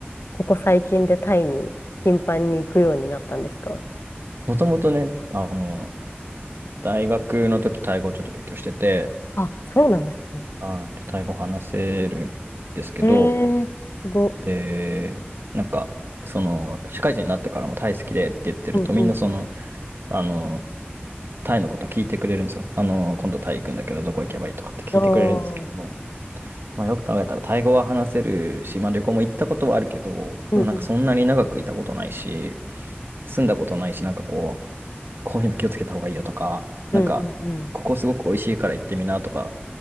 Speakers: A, on the left; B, on the right.
A: ここ最近でタイに頻繁に行くようになったんですか
B: もともとね、あの、大学の時、タイ語をちょっと勉強してて、
A: あ、そうなんですね。
B: はい。でタイ語話せるんですけど、
A: えー、すご。
B: で、なんか、その、社会人になってからもタイ好きでって言ってると、
A: うんうん。
B: みんなその、あの、タイのこと聞いてくれるんですよ。あの、今度タイ行くんだけど、どこ行けばいいとかって聞いてくれるんですけども、
A: ああ、
B: まあ、よく考えたら、タイ語は話せるし、まあ、旅行も行ったことはあるけど、
A: うんうん。
B: でもなんかそんなに長くいたことないし、住んだことないし、なんかこう、こういうの気をつけた方がいいよとか、なんか、
A: うんうんうん。
B: ここすごく美味しいから行ってみなとか、